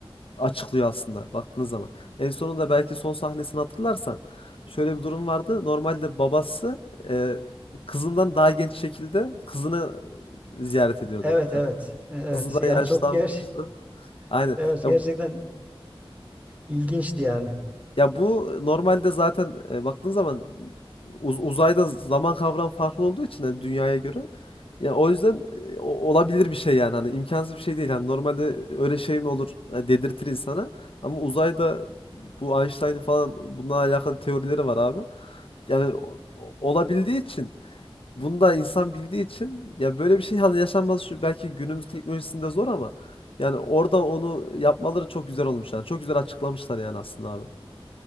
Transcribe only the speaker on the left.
açıklıyor aslında baktığınız zaman. En sonunda belki son sahnesini hatırlarsan şöyle bir durum vardı. Normalde babası e, kızından daha genç şekilde kızını e, ziyaret ediyordu.
Yani
kızı da
yaşlanmıştı.
Aynen.
Ya,
bu-
ya bu normalde zaten e, baktığın zaman uz- uzayda zaman kavramı farklı olduğu için hani dünyaya göre. Ya o yüzden e, o- olabilir bir şey yani hani imkansız bir şey değil. Hani normalde öyle şey mi olur e, dedirtir insana. Ama uzayda bu Einstein'ın falan bununla alakalı teorileri var abi. Yani o- o- olabildiği için Bunu da insan bildiği için ya böyle bir şey hani yaşanması şu belki günümüz teknolojisinde zor ama yani orada onu yapmaları çok güzel olmuş yani. Çok güzel açıklamışlar yani aslında abi.